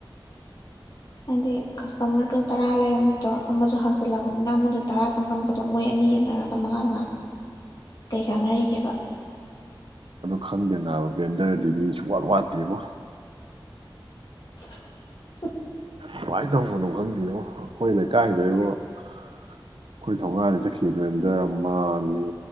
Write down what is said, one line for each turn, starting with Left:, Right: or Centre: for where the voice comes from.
Left: ꯍꯥꯏꯗꯤ ꯀꯁꯇꯃꯔꯗꯣ ꯇꯔꯥ ꯂꯩꯔꯝꯕꯗꯣ ꯑꯃꯁꯨ ꯍꯥꯡꯆꯜꯂꯛꯑꯕꯅꯤꯅ ꯑꯃꯗ ꯇꯔꯥ ꯆꯪꯉꯝꯕꯗꯣ ꯃꯣꯏ ꯑꯅꯤ ꯌꯦꯟꯅꯔꯒ ꯃꯉꯥ ꯃꯉꯥ ꯇ ꯀꯥꯟꯅꯔꯤꯒꯦꯕ
Right: ꯈꯪꯗꯦꯕ ꯕꯦꯟꯗꯔꯗꯤ ꯃꯤꯁꯨ ꯋꯥꯠ ꯋꯥꯠꯇꯦꯕꯨ
Left: <inaudible>
Right: ꯀꯃꯥꯏꯅ ꯇꯧꯕꯅꯣ ꯈꯪꯗꯦꯕꯣ ꯑꯩꯈꯣꯏ ꯂꯩꯀꯥꯏꯗꯕꯣ ꯑꯩꯈꯣꯏ ꯊꯣꯡꯒꯥꯟꯗ ꯆꯠꯈꯤꯕꯗ ꯕꯦꯟꯗꯔ ꯑꯃ ꯑꯅꯤ